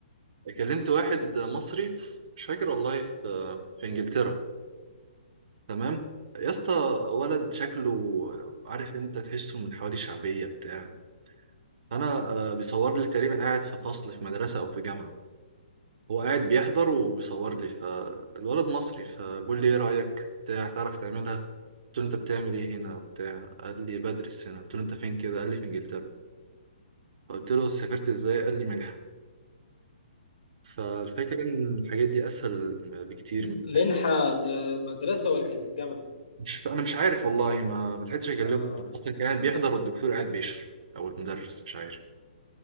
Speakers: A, on the right; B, on the left.
A: كلمت واحد مصري مش فاكر والله في في انجلترا تمام يا اسطى ولد شكله عارف انت تحسه من حواري شعبيه بتاع انا آه، بيصور لي تقريبا قاعد في فصل في مدرسه او في جامعه هو قاعد بيحضر وبيصور لي فالولد مصري فبيقول لي ايه رايك بتاع تعرف تعملها قلت له انت بتعمل ايه هنا وبتاع قال لي بدرس هنا قلت له انت فين كده قال لي في انجلترا قلت له سافرت ازاي قال لي منحه فالفكره ان الحاجات دي اسهل بكتير
B: م-
A: من
B: منحة
A: الحاجات-
B: ده مدرسة ولا كان في الجامعة؟
A: مش انا مش عارف والله ما ما لحقتش اكلمه
B: آه.
A: اصلا كان قاعد بيحضر والدكتور قاعد بيشرح او المدرس مش عارف